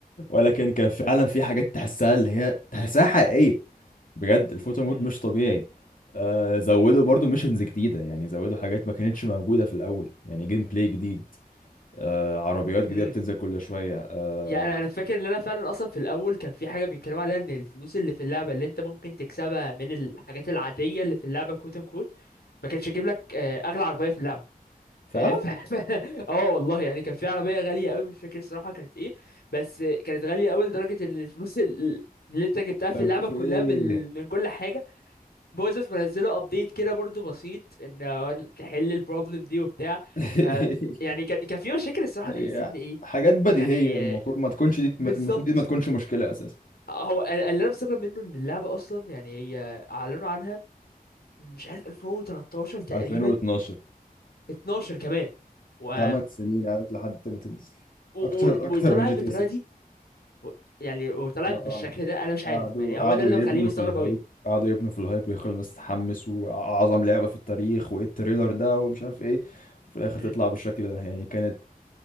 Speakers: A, on the left; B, on the left.
A: ولكن كان فعلا في حاجات تحسها اللي هي تحسها حقيقيه بجد الفوتو مود
B: امم
A: مش طبيعي آه زودوا برضو ميشنز جديده يعني زودوا حاجات ما كانتش موجوده في الاول يعني جيم بلاي جديد آه عربيات جديده
B: امم
A: بتنزل كل شويه آه
B: يعني انا أنا فاكر ان انا فعلا اصلا في الاول كان في حاجه بيتكلموا عليها ان الفلوس اللي في اللعبه اللي انت ممكن تكسبها من الحاجات العاديه اللي في اللعبه كوت ان كوت ما كانش يجيب لك آه، اغلى عربيه في اللعبه ف...
A: فعلا
B: ف... ف... <laughs> اه والله يعني كان في عربيه غاليه قوي مش فاكر الصراحه كانت ايه بس كانت غاليه قوي لدرجه ان الفلوس ال- اللي انت جبتها في
A: اوكي
B: اللعبه كلها من من كل حاجه باظت منزله ابديت كده برضو بسيط ان هو تحل البروبلم دي وبتاع
A: <laughs>
B: ف يعني كان كان في مشاكل الصراحه
A: هي
B: تحس ان ايه
A: حاجات بديهية
B: يعني
A: المفروض ما تكونش دي
B: بالظبط
A: المفروض دي ما تكونش مشكلة أساسا
B: هو ال- اللي انا مستغرب منه ان اللعبه اصلا يعني هي اعلنوا عنها مش عارف 2013 تقريبا
A: 2012
B: 12 كمان و
A: 8 سنين قعدت لحد ما تنزل
B: و-
A: أكتر
B: و-
A: أكتر
B: وطلع
A: من جي
B: بالطريقه
A: تي اس 6
B: دي و- يعني وطلع
A: آه.
B: بالشكل ده انا مش عارف
A: قعدوا
B: يعني
A: قعدوا
B: هو ده اللي
A: يبنوا
B: مخليني مستغرب
A: في الهايب
B: قوي
A: قعدوا يبنوا في الهايب ويخلوا الناس تتحمس وأعظم لعبة في التاريخ وإيه التريلر ده ومش عارف إيه وفي الآخر
B: امم
A: تطلع بالشكل ده يعني كانت